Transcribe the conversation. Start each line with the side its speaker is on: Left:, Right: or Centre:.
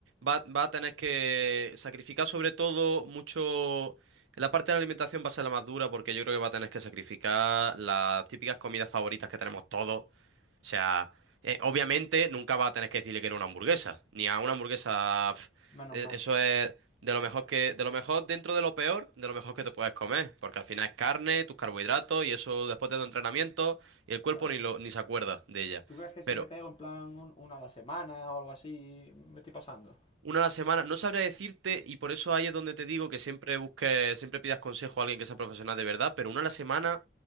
Right: va, va a tener que sacrificar sobre todo mucho. La parte de la alimentación va a ser la más dura porque yo creo que va a tener que sacrificar las típicas comidas favoritas que tenemos todos. O sea, eh, obviamente nunca vas a tener que decirle que no a una hamburguesa, ni a una hamburguesa. pf,
Left: Menos
Right: e-
Left: mal,
Right: Eso es de lo mejor que, de lo mejor dentro de lo peor, de lo mejor que te puedes comer, porque al final es carne, tus carbohidratos y eso después de tu entrenamiento y el cuerpo
Left: claro.
Right: ni lo, ni se acuerda de ella.
Left: ¿Tú crees que
Right: Pero
Left: si me pego en plan un- una a la semana o algo así, me estoy pasando?
Right: una a la semana no sabría decirte y por eso ahí es donde te digo que siempre busques, siempre pidas consejo a alguien que sea profesional de verdad, pero una a la semana.